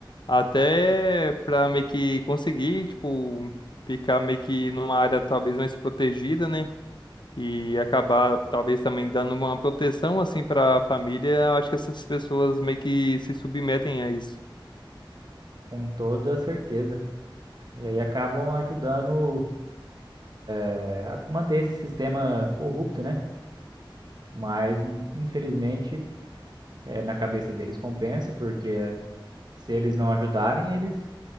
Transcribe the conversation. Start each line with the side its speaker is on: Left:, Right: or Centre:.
Left: Até pra meio que conseguir, tipo, ficar meio que numa área talvez mais protegida, né? E acabar talvez também dando uma proteção assim pra família. Eu acho que essas pessoas meio que se submetem a isso.
Right: Com toda certeza. E aí acabam ajudando é, a manter esse sistema corrupto, né? Mas in- infelizmente eh, na cabeça deles compensa, porque eh, se eles não ajudarem, eles